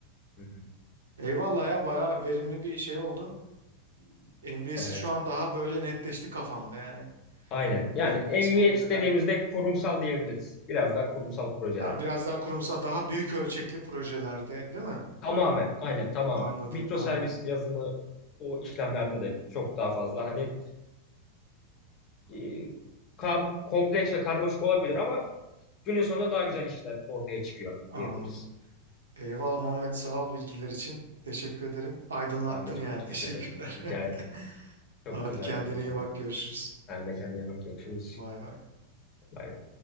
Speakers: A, on the left; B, on the right.
A: Hı hı.
B: Eyvallah ya bayağı verimli bir şey oldu. MVS'i
A: Evet.
B: şu an daha böyle netleşti kafamda yani.
A: Aynen. Yani
B: MVS
A: MVS
B: olayı neden?
A: dediğimizde kurumsal diyebiliriz. Biraz daha kurumsal projeler.
B: Yani biraz daha kurumsal, daha büyük ölçekli projelerde, değil mi?
A: Tamamen. Aynen. Tamamen.
B: Anladım,
A: Mikro
B: anladım,
A: servis yazımı o işlemlerde de çok daha fazla. Hani e, kam- kompleks ve karmaşık olabilir ama günün sonunda daha güzel işler ortaya çıkıyor
B: anladım.
A: diyebiliriz.
B: Eyvallah Muhammed, sağ ol bilgiler için. Teşekkür ederim. Aydınlattın
A: Ben de çok
B: yani.
A: teşekkür
B: <laughs> Teşekkürler.
A: ederim. Rica ederim.
B: <laughs>
A: Çok
B: Hadi
A: güzeldi
B: kendine
A: benim için
B: iyi bak.
A: de.
B: Görüşürüz.
A: Sen de kendine bak. Görüşürüz.
B: Bay bay.
A: Bay bay.